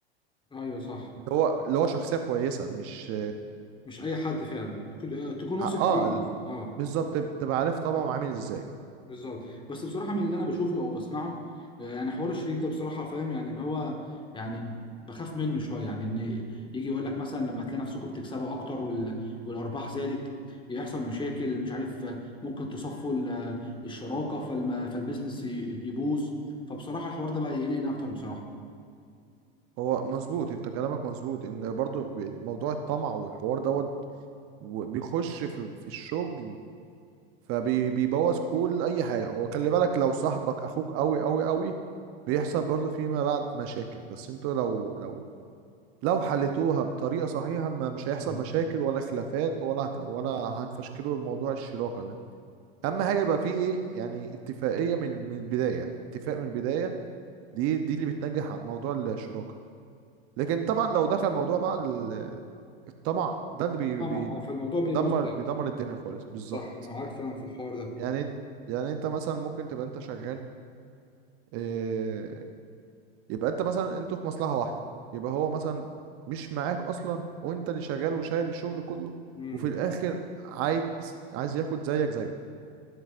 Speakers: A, on the left (about 15°); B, on the right (about 45°).
A: ايوه صح
B: اللي هو اللي هو شخصية كويسة مش
A: مش اي حد فعلا تكون آه، تكون واثق فيه
B: اه
A: يعني. اه
B: بالظبط تبقى عارف طبعه عامل ازاي
A: بالظبط بس بصراحه من اللي انا بشوفه او بسمعه آه، يعني حوار
B: مم.
A: الشريك ده بصراحه فاهم يعني ان هو يعني بخاف منه شويه يعني ان يجي يقول لك مثلا لما تلاقي نفسكم بتكسبوا اكتر وال... والارباح زادت يحصل مشاكل مش عارف آه، ممكن تصفوا ال- آه، الشراكه فالم... فالبيزنس ي- يبوظ فبصراحه الحوار ده بقى يقلقني اكتر بصراحه
B: هو مظبوط انت كلامك مظبوط ان برضو موضوع الطمع والحوار دوت وبيخش في في الشغل فبيبوظ كل اي حاجه وخلي بالك لو صاحبك اخوك قوي قوي قوي بيحصل برضو فيما بعد مشاكل بس انتوا لو لو لو حلتوها بطريقه صحيحه ما مش هيحصل
A: مم.
B: مشاكل ولا خلافات ولا هت ولا هتفشكلوا موضوع الشراكه ده اهم حاجه يبقى فيه ايه يعني اتفاقيه من من البدايه اتفاق من البدايه دي دي اللي بتنجح على موضوع الشراكه لكن طبعا لو دخل موضوع بقى ال- الطمع ده اللي بي-
A: طبعا اه فالموضوع بيبوظ
B: بيدمر بيدمر الدنيا خالص بالظبط
A: صح انا معاك فعلا في الحوار ده
B: يعني يعني انت مثلا ممكن تبقى انت شغال إيه، يبقى انت مثلا انتوا في مصلحة واحدة يبقى هو مثلا مش معاك اصلا وانت اللي شغال وشايل الشغل كله
A: امم
B: وفي الاخر عايز عايز ياخد زيك زيه